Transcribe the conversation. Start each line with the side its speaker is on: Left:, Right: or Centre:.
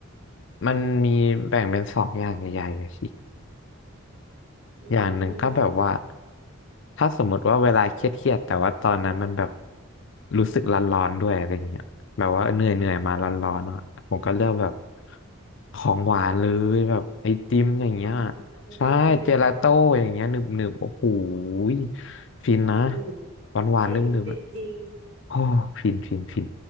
Left: มันมีแบ่งเป็นสองอย่างใหญ่ๆอะสิ
Right: อื
Left: อย่างหนึ่งก็แบบว่า
Right: ม
Left: ถ้าสมมติว่าเวลาเครียดๆแต่ว่าตอนนั้นมันแบบรู้สึกร้อนๆด้วยอะไรเงี้ยแบบว่าเหนื่อยๆมาร้อนๆอ่ะผมก็เลือกแบบของหวานเลยแบบไอติมอย่างเงี้ย
Right: อ๋อไอติมเลยเนาะ
Left: ใช่เจลาโต้อย่างเงี้ยหนึบๆโอ้โหยฟินนะ
Right: อืม
Left: หวานๆนึบๆอ่ะ
Right: ฟินฟินจริง
Left: โอ้ฟินฟินฟิน